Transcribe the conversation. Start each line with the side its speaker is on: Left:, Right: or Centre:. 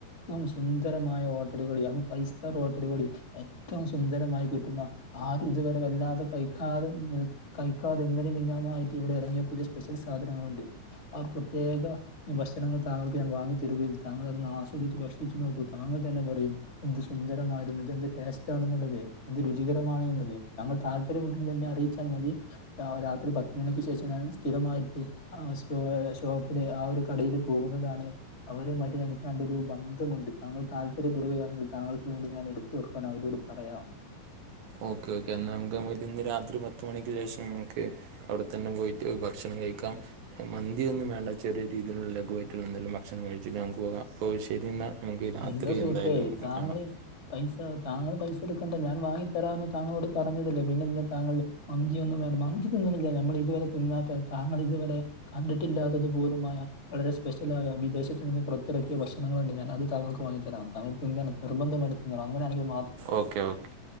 Left: ഏ സുന്ദരമായ ഹോട്ടലുകളിയാണ് ഫൈവ് സ്റ്റാർ ഹോട്ടലുകളിൽ ഏറ്റവും സുന്ദരമായി കിട്ടുന്ന ആര് ഇതുവരെ വല്ലാതെ കഴിക്കാതെ നി കൈക്കാതെഇന്നെലെയും മിനിഞ്ഞാന്ന്മായിട്ട് ഇവിടെ ഇറങ്ങിയ പുതിയ സ്പെഷ്യൽ സാധനങ്ങൾ ഉണ്ട് ആർ പ്രത്യേക ഭക്ഷണങ്ങൾ താങ്കൾക്ക് ഞാൻ വാങ്ങിത്തരികയും താങ്കൾഅത് സ്വദിച്ച കർഷിച്ചു നോക്കൂ താങ്കൾ തന്നെ പറയും എന്ത് സുന്ദരമായിരുന്നത് എന്ത് ടേസ്റ്റ് ണെന്നുള്ളത് എന്ത് രുചികരമാണെ ന്നുള്ളത് തൾ താപര്യം ഒരുമ തന്നെ അറിയിച്ചാൽ മതി രാത്രി പത്തുമണിക്ക് ശേഷംഞാൻ സ്ഥിരമായിട്ട് ആ ഷോപ്പില് ആ ഒരു കടൽ പോകുന്നതാണ് അവരെ മറ്റും എനിക്ക് നല്ലൊരു ബന്ധമുണ്ട് താങ്കൾ താല്പര്യപ്പെടുകയാണെങ്കിൽ താങ്കൾക്ക് വേണ്ടി ഞാൻ എടുത്ത് വെക്കാൻ അവരോട് പറയാം
Right: ഓക്കെ ഓക്കേ എന്നാ നമക്ക് ഇന്ന് രാത്രി പത്ത മണിക്ക് ശേഷം നമക്ക് അവിടെ തന്നെ പോയിട്ട് ഭക്ഷണം കഴിക്കാം മന്തിയൊന്നും വേണ്ട ചെറിയ രീതിയിലുള്ള ലഘുവായിട്ടുള്ള എന്തെലും ഭക്ഷണം കഴിച്ചിട്ട് നമുക്ക് പോകാം അപ്പോ ശരി എന്ന നമുക്ക് രാത്രി
Left: എന്താ സുഹൃത്തേ
Right: എന്തായാലും
Left: താങ്കള്
Right: കാണാം
Left: പൈസ താങ്കൾ പൈസ എടുക്കണ്ടേ ഞാൻ വാങ്ങി തരാമന്ന് താങ്കളോട് പറഞ്ഞതല്ലേ പിന്നെ ഇതിനെ താങ്കൾ മന്തിയൊന്നും വേണം മന്തി തിന്നണമെില്ല നമ്മൾ ഇതുവരെ തിന്നാത്ത താങ്കൾ ഇതുവരെ കണ്ടിട്ടില്ലാത്തതു പോലുമായ വളരെ സ്പെഷ്യലായ വിദേശത്ത് നിന്ന് പുറത്തിറക്കിയ ഭക്ഷണങ്ങളുണ്ട് ഞാൻ അത് തങ്കക്ക് വങ്ങി തരാം താങ്കൾ തിന്നണം നിർബന്ധമായിട്ട് തിന്നണം അങ്ങനൊണെങ്കം
Right: ഓക്കെ ഓക്കേ